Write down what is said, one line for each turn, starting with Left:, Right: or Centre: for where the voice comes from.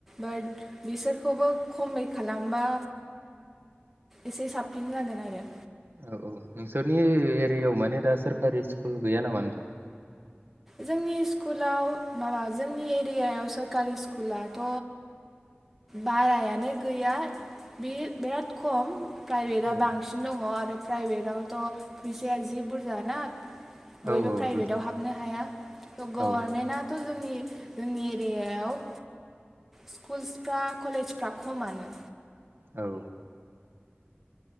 Centre: बाट बिसोरखौबो खमै खालामबा एसे साबसिन जागोन आरो
Right: औ औ नोंसोरनि एरियायाव माने दा सोरखारि स्कुल गैया नामा नोंथां?
Centre: जोंनि स्कुलाव माबा जोंनि एरियायाव सोरकारि स्कुलाथ' बारायानो गैया बे बिराद खम प्राइभेटआ
Right: औ
Centre: बांसिन दङ आरो प्राइभेटआवथ' फैसाया जि बुरजाना बयबो
Right: औ औ
Centre: प्राइभेटाव
Right: बुजा
Centre: हाबनो हाया गर्मेन्टआथ
Right: औ
Centre: जोंनि जोंनि एरियायाव स्कुलसफ्रा कलेजफ्रा खमानो
Right: औ